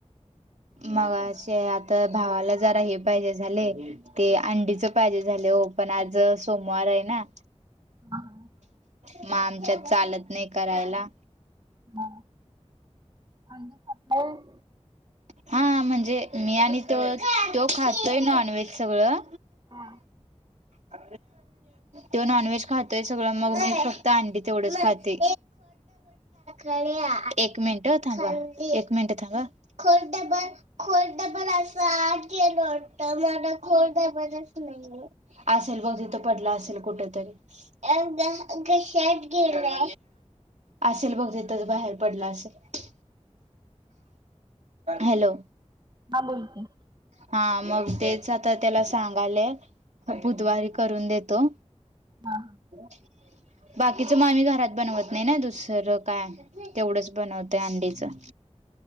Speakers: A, on the right (about 80°); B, on the right (about 40°).
A: मग असे आता भावाला जरा हे पाहिजे झाले ते अंडीच पाहिजे झाले हो पण आज सोमवार आहे ना
B: हा हा
A: मग आमच्यात चालत नाही करायला
B: ह हांज ख
A: हा म्हणजे मी आणि तो तो खातोय नॉनव्हेज सगळं
B: हा
A: अ तो नॉनव्हेज खातोय सगळं मग मी फक्त अंडी तेवढंच खाते ळी एक मिनट होतांग एक मिनिटांग खोर्ट बण खोर्ट बण अस आठ गेलो मला खोल दजच नाही असेल बघ तिथं पडलं असेल कुठ तरी अ शट गला असेल बघ तथच बाहेर पडलं असेल हॅलो
B: हां बोलते
A: हा मग तेच आता त्याला सांगाले बुधवारी करून देतो
B: ह
A: हो बाकीच मामी घरात बनवत नाही ना दुसरं काय तेवढंच बनवतंय अंडीचं